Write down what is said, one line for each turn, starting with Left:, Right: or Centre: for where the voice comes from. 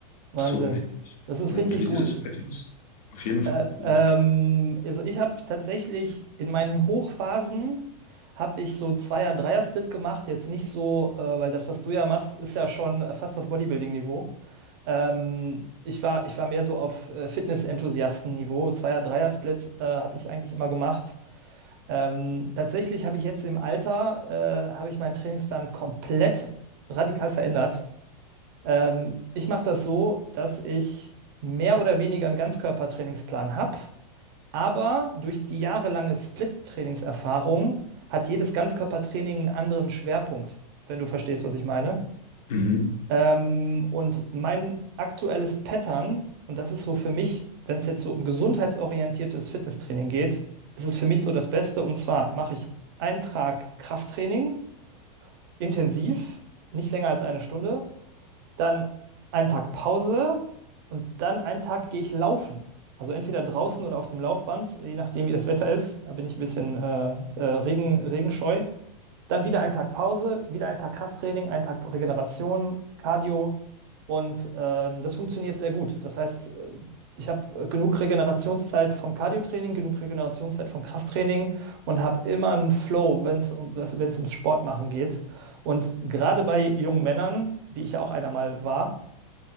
Right: Wahnsinn.
Left: so mit.
Right: Das ist
Left: Und
Right: richtig
Left: wie sieht
Right: gut.
Left: das bei dir aus? Auf jeden Fall,
Right: Äh,
Left: auf jeden
Right: ähm,
Left: Fall.
Right: also ich habe tatsächlich in meinen Hochphasen habe ich so Zweier-, Dreier-Split gemacht. Jetzt nicht so, äh, weil das, was du ja machst, ist ja schon äh, fast auf Bodybuilding-Niveau. Ähm, ich war, ich war mehr so auf äh, Fitness-Enthusiasten-Niveau. Zweier-Dreier-Split äh, habe ich eigentlich immer gemacht. Ähm, tatsächlich habe ich jetzt im Alter, äh, habe ich meinen Trainingsplan komplett radikal verändert. Ähm, ich mache das so, dass ich mehr oder weniger einen Ganzkörpertrainingsplan habe, aber durch die jahrelange Split-Trainingserfahrung hat jedes Ganzkörpertraining einen anderen Schwerpunkt, wenn du verstehst, was ich meine.
Left: Mhm.
Right: Ähm, und mein aktuelles Pattern, und das ist so für mich, wenn es jetzt so um gesundheitsorientiertes Fitnesstraining geht, ist es für mich so das Beste. Und zwar mache ich einen Tag Krafttraining, intensiv, nicht länger als eine Stunde, dann einen Tag Pause und dann einen Tag gehe ich laufen. Also entweder draußen oder auf dem Laufband, je nachdem, wie das Wetter ist. Da bin ich ein bisschen äh, äh, Regen, regenscheu. Dann wieder ein Tag Pause, wieder ein Tag Krafttraining, ein Tag Regeneration, Cardio. Und ähm, das funktioniert sehr gut. Das heißt, äh, ich habe genug Regenerationszeit vom Cardiotraining, genug Regenerationszeit vom Krafttraining und habe immer einen Flow, wenn es um, wenn es ums Sportmachen geht. Und gerade bei jungen Männern, wie ich ja auch einer mal war,